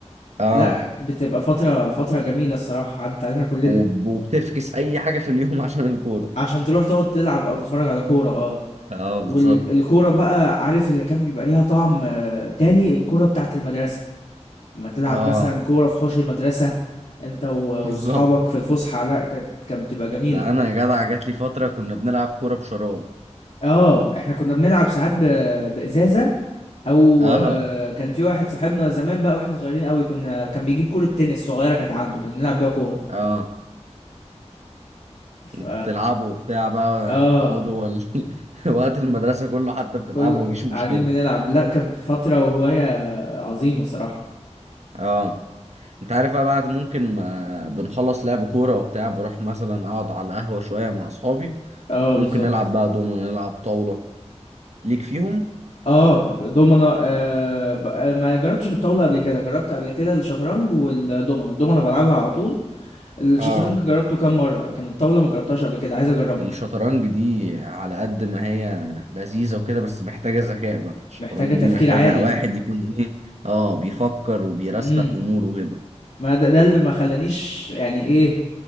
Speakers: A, on the right; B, on the left.
A: اه
B: لا بتبقى فترة فترة جميلة الصراحة عدت علينا كلنا
A: وب- وبتفكس اي حاجه في اليوم <laughs> عشان الكوره
B: عشان تروح تقعد تلعب او تتفرج على كوره اه
A: اه بالظبط
B: والكوره بقى عارف اللي كان بيبقى ليها طعم آه، تاني الكوره بتاعت المدرسه لما تلعب
A: اه
B: مثلا كوره في حوش المدرسه انت و- واصحابك
A: بالظبط
B: في الفسحه لا كانت كانت بتبقى جميله
A: ده انا يا جدع جات لي فتره كنا بنلعب كوره بشراب
B: اه احنا كنا بنلعب ساعات ب- بازازه او
A: اه
B: آه، كان في واحد صاحبنا زمان بقى واحنا صغيرين قوي كنا كان بيجيب كوره تنس صغيره كانت عنده كنا بنلعب بيها كوره
A: اه
B: ف
A: وبتلعبوا وبتاع بقى
B: اه
A: تقعدوا وال... <laughs> وقت المدرسه كله حتى بتلعبوا
B: كل
A: مفيش مشكله
B: قاعدين بنلعب لا كانت فتره وهوايه عظيمه صراحه
A: اه انت عارف بقى بعد ممكن ما بنخلص لعب كوره وبتاع بروح مثلا اقعد على القهوه شويه مع اصحابي
B: اه
A: ممكن
B: بالظبط
A: نلعب بقى دومينو نلعب طاوله ليك فيهم
B: اه دومنا آه ب- آه، ما جربتش الطاولة قبل كده جربت قبل كده الشطرنج والدومنا الدومنا بلعبها على طول الشطرنج
A: اه
B: جربته كام مرة لكن الطاولة ما جربتهاش قبل كده عايز اجربها
A: الشطرنج دي على قد ما هي لذيذة وكده بس محتاجة ذكاء بقى الشطرنج
B: محتاجة تفكير
A: دي محتاجة
B: عالي
A: واحد يكون ايه اه بيفكر وبيرستق
B: امم
A: اموره كده
B: ما ده, ده اللي ما خلانيش يعني ايه